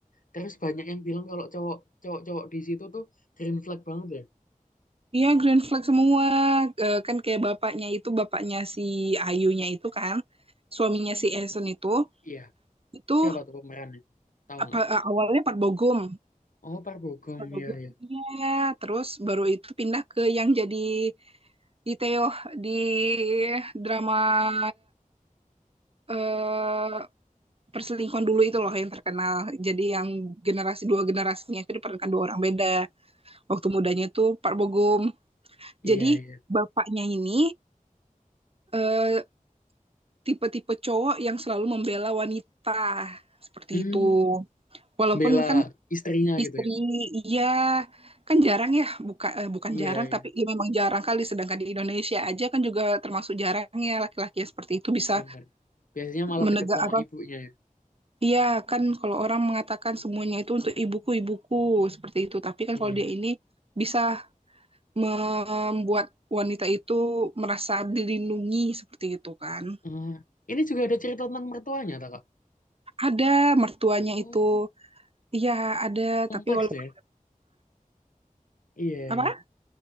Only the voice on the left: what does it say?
Terus banyak yang bilang kalau cowok cowok-cowok di situ tuh green flag banget ya.
Iya.
Siapa tuh pemerannya? Tahu
nggak Kak?
Oh, Park Bo Gum
ya ya.
Iya
iya.
Hmm,
bela
istrinya
gitu ya.
Iya
iya.
bener. Biasanya malah
deket sama
ibunya ya.
Iya.
Ah, ini juga ada cerita tentang mertuanya, tak, Kak?
Oh,
kompleks
ya. Iya,
iya.